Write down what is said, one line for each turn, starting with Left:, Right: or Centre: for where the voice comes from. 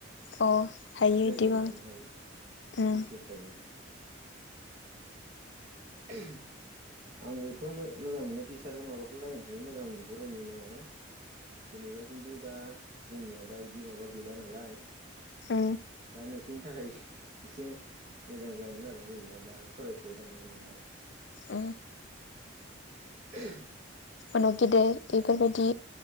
Left: अ हायो
Right: जायगायाव
Left: इदिबो
Right: लाबोनो हायो बिदि
Left: उम
Right: सिस्टेम थायोना <unintelligible> आंबोथ' मोजां मोननाय टिचार माबाखौ लाइनखौनो मोजां नुहरो नुनाया। जेनेबा खिन्थु दा जोंनिया दा बिदि माबा गैला नालाय
Left: औ
Right: दा नोंसोरनि थाखाय एसे मोजां जागोन आरो जेनेबा दा फरायफुबाय थानो हायो नालाय।
Left: ओ
Right: <unintelligible>
Left: उनाव गेदेर बेफोरबायदि